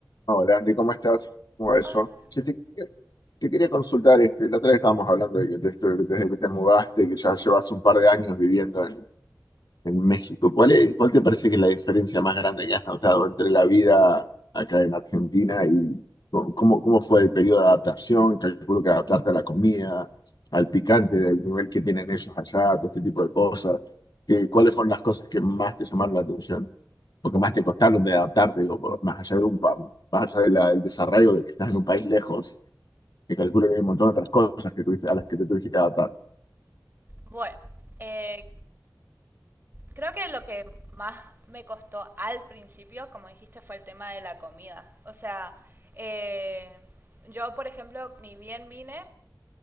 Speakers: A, on the left; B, on the right.
A: Hola Andy, ¿cómo estás? ¿Cómo va eso?
B: Hola.
A: Che, te, te quería consultar, este, la otra vez estábamos hablando de, de esto, desde que te mudaste, que ya llevas un par de años viviendo en, en México. ¿Cuál es, cuál te parece que es la diferencia más grande que has notado entre la vida acá en Argentina y co- cómo, cómo fue el periodo de adaptación? Calculo que adaptarte a la comida, al picante, del nivel que tienen ellos allá, todo este tipo de cosas. ¿Qué- cuáles fueron las cosas que más te llamaron la atención? porque más te costaron de adaptarte, digo, por- más allá de un, pa- más allá de la- del desarraigo de que estás en un país lejos, que calculo que hay un montón de otras cosas que tuviste, a las que te tuviste que adaptar.
B: Bueno, eh, creo que lo que más me costó al principio, como dijiste, fue el tema de la comida. O sea, eh, yo, por ejemplo, ni bien vine,